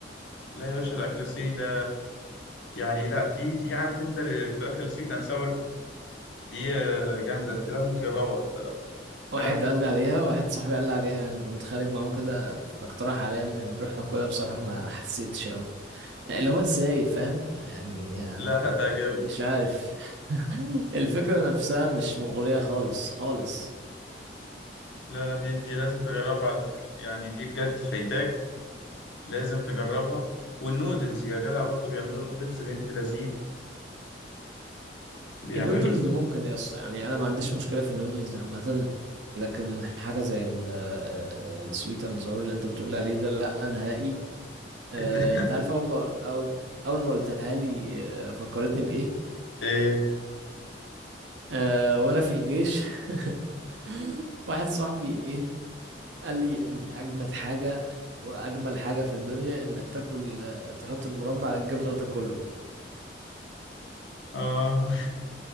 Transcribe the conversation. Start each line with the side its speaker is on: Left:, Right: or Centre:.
Left: لا يا باشا الاكل الصيني ده يعني لا في في عارف انت الفراخ السويت اند ساور دي دي آه، جامده انت لازم تجربها انت فراخته
Right: واحد قال لي عليها واحد صاحبي قال لي عليها يعني كنت خارج معاه كده فاقترح عليا ان نروح ناكلها بصراحه ما حسيتش قوي اللي هو ازاي فاهم يعني آه،
Left: لا هتعجبك
Right: مش عارف <laughs> الفكره نفسها مش مغريه خالص خالص
Left: لا لا دي دي لازم تجربها على فكره يعني دي بجد فايتاك لازم تجربها والنودلز يا جدع برضو بيعملوا نودلز بنت لذينه بيعملوا
Right: النودلز
Left: نوت
Right: ممكن يس يعني انا ما عنديش مشكله في النودلز عامه لكن حاجه زي ال- آه، السويت اند ساور اللي انت بتقول عليه ده لا نهائي آه،
Left: الت...
Right: انت عارف اول ما اول اول ما قلتها لي آه، فكرتني بايه
Left: ايه
Right: آه، وانا في الجيش <laughs> واحد صاحبي ايه قال لي ان اجمد حاجه واجمل حاجه في الدنيا انك تاكل آه، تحط المربى على الجبنه وتاكله
Left: اه